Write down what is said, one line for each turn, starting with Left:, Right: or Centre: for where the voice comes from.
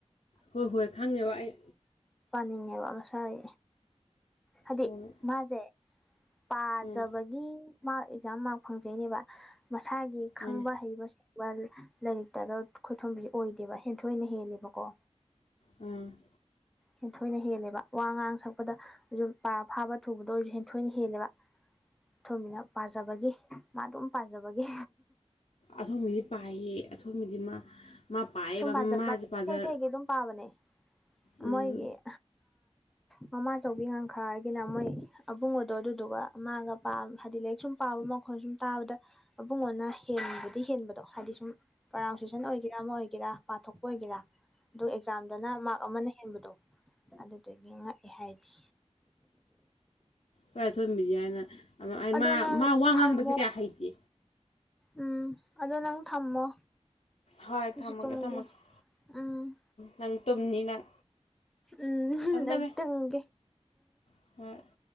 Left: ꯍꯣꯏ ꯍꯣꯏ ꯈꯪꯉꯦꯕ ꯑꯩ
Centre: ꯄꯥꯅꯤꯡꯉꯦꯕ ꯃꯁꯥꯏ ꯍꯥꯏꯗꯤ
Left: ꯍꯣꯏ
Centre: ꯃꯥꯁꯦ ꯄꯥꯖꯕꯒꯤ
Left: ꯎꯝ
Centre: ꯃꯥꯔꯛ ꯑꯦꯛꯖꯥꯝ ꯃꯥꯔꯛ ꯐꯪꯖꯩꯅꯦꯕ ꯃꯁꯥꯒꯤ
Left: ꯃꯥꯅꯦ
Centre: ꯈꯪꯕ ꯍꯩꯕ ꯋꯥ ꯂꯥꯏꯔꯤꯛꯇꯗ ꯈꯣꯏꯊꯣꯟꯝꯕꯤꯁꯦ ꯑꯣꯏꯗꯦꯕ ꯍꯦꯟꯊꯣꯏꯅ ꯍꯦꯜꯂꯦꯕꯀꯣ
Left: ꯑꯝ
Centre: ꯍꯊꯣꯏꯅ ꯍꯦꯜꯂꯦꯕ ꯋꯥ ꯉꯥꯡ ꯁꯛꯄꯗ ꯐꯥꯕ ꯊꯨꯕꯗꯣ ꯑꯣꯏꯔꯁꯨ ꯍꯦꯟꯊꯣꯏꯅ ꯍꯦꯜꯂꯦꯕ ꯊꯣꯃꯤꯅ ꯄꯥꯖꯕꯒꯤ ꯃꯥ ꯑꯗꯨꯝ ꯄꯥꯖꯕꯒꯤ
Left: ꯑꯊꯣꯝꯕꯤꯗꯤ ꯄꯥꯏꯌꯦ ꯑꯊꯣꯝꯒꯤꯗꯤ ꯃꯥ ꯃꯥ ꯄꯥꯏꯑꯕ
Centre: ꯁꯨꯝ ꯄꯥꯖꯕ
Left: ꯃꯥꯁꯦ ꯄꯥꯖ
Centre: ꯏꯊꯩ ꯊꯩꯒꯤ ꯑꯗꯨꯝ ꯄꯥꯕꯅꯦ
Left: ꯎꯝ
Centre: ꯃꯣꯏꯒꯤ ꯃꯃꯥ ꯆꯧꯕꯤ ꯉꯈꯥ ꯍꯥꯏꯒꯤꯅ ꯃꯣꯏ ꯑꯕꯨꯡꯉꯗꯣ ꯑꯗꯨꯗꯨꯒ ꯃꯥꯒ ꯄꯥꯝ ꯍꯥꯏꯗꯤ ꯂꯥꯏꯔꯤꯛ ꯁꯨꯝ ꯄꯥꯕ ꯃꯈꯣꯟ ꯁꯨꯝ ꯇꯥꯕꯗ ꯃꯕꯨꯡꯉꯅ ꯍꯦꯟꯕꯗꯤ ꯍꯦꯟꯕꯗꯣ ꯍꯥꯏꯗꯤ ꯁꯨꯝ ꯄ꯭ꯔꯅꯥꯎꯟꯁꯤꯌꯦꯁꯟ ꯑꯣꯏꯒꯦꯔꯥ ꯑꯃ ꯑꯣꯏꯒꯦꯔꯥ ꯄꯥꯊꯣꯛꯄ ꯑꯣꯏꯒꯦꯔꯥ ꯑꯗꯨ ꯑꯦꯛꯖꯥꯝꯗꯅ ꯃꯥꯔꯛ ꯑꯃꯅ ꯍꯦꯟꯕꯗꯣ ꯑꯗꯨꯗꯨꯗꯒꯤ ꯉꯛꯑꯦ ꯍꯥꯏꯗꯤ
Left: ꯀꯥꯏ ꯊꯑꯝꯕꯤꯒꯦ ꯍꯥꯏꯅ ꯑꯩ
Centre: ꯑꯗꯣ
Left: ꯃꯥ
Centre: ꯅꯪ
Left: ꯃꯥ ꯋꯥ ꯉꯥꯡꯕꯁꯦ
Centre: ꯊꯝꯃꯣ
Left: ꯀꯌꯥ ꯍꯩꯇꯦ
Centre: ꯎꯝ ꯑꯗꯣ ꯅꯪ ꯊꯝꯃꯣ
Left: ꯍꯣꯏ
Centre: ꯑꯩꯁꯨ
Left: ꯊꯝꯃꯒꯦ
Centre: ꯇꯨꯝꯒꯦ
Left: ꯊꯝꯃꯒꯦꯝ
Centre: ꯎꯝ
Left: ꯅꯪ ꯇꯨꯝꯅꯤ ꯅꯪ
Centre: ꯎꯝ
Left: ꯊꯝꯃꯦ ꯊꯝꯃꯦ
Centre: ꯏ ꯇꯨꯝꯒꯦ
Left: <unintelligible>